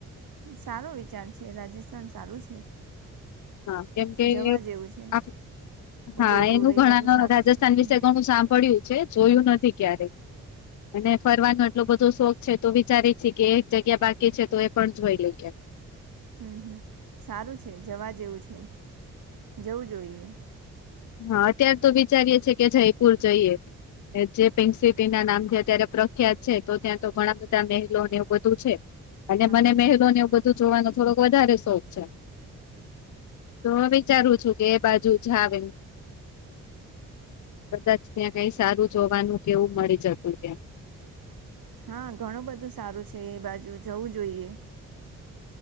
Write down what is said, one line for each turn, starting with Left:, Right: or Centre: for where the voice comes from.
Right: સારો વિચાર છે રાજસ્થાન સારું છે.
Left: હા કેમ કે
Right: જવા જેવું છે
Left: આ
Right: ઉદયપુર
Left: હા એનું
Right: એ
Left: ઘણા
Right: બધું સારું
Left: રાજસ્થાન
Right: છે હમ
Left: વિશે ઘણું સાંભળ્યું છે જોયું નથી ક્યારે
Right: <inaudible>
Left: અને ફરવાનો એટલો બધો શોખ છે તો વિચારી છે કે એક જગ્યા બાકી છે તો એ પણ જોઈ લયે.
Right: હમ હમ સારું છે જવા જેવું છે જવું જોઈએ.
Left: હા અત્યારે તો વિચારીએએ કે જયપુર જઈએ જે પેન શીપ. ના નામથી અત્યારે પ્રખ્યાત છે તો ત્યાં તો ઘણા બધા મહેલોને એવું બધું છે. અને
Right: હા
Left: મને
Right: હા
Left: મેહેલો ને એવું બધું જોવાનો થોડોક વધારે શોખ છે. તો હું વિચારું છું કે એ બાજુ જાવે. કદાચ ત્યાં કઈ સારું જોવાનું કેવું મળી જતું છે.
Right: હા ઘણું બધું સારું છે એ બાજુ જવું જોઈએ.